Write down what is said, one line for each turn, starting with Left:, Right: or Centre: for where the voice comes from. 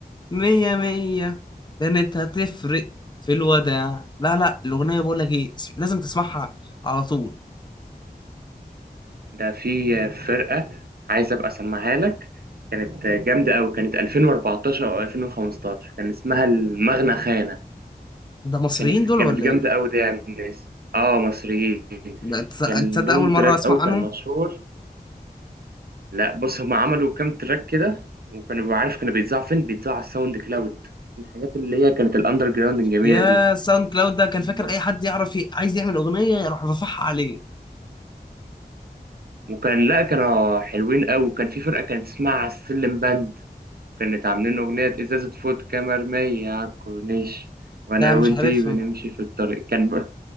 Left: مية مية كانت هتفرق في الوداع لا لا الأغنية بقول لك إيه لازم تسمعها على طول
Right: ده في فرقة عايز أبقى أسمعها لك كانت جامدة أوي كانت 2014 أو 2015 كان اسمها المغنى خانة
Left: ده مصريين
Right: كانت
Left: دول
Right: كانت
Left: ولا
Right: جامدة
Left: ايه؟
Right: أوي دي يا الناس اه مصريين
Left: ده تص-
Right: كان
Left: انت تصدق
Right: لهم
Left: اول مره
Right: تراك
Left: اسمع
Right: أوي
Left: عنهم؟
Right: كان مشهور لا بص هم عملوا كام تراك كده وكانوا عارف كانوا بيتذاعوا فين بيتذاعوا على الساوند كلاود من الحاجات اللي هي كانت الأندر جراوند الجميلة
Left: يا
Right: دي
Left: ساوند كلاود ده كان
Right: كان
Left: فاكر اي حد يعرف ي... عايز يعمل اغنيه يروح رافعها عليه
Right: وكان لا كانوا حلوين أوي وكان في فرقة كانت اسمها السلم باند وكانت عاملين أغنية إزازة فودكا مرمية على الكورنيش وأنا
Left: ده مش
Right: وأنتي
Left: عارف
Right: بنمشي
Left: انا
Right: في الطريق كان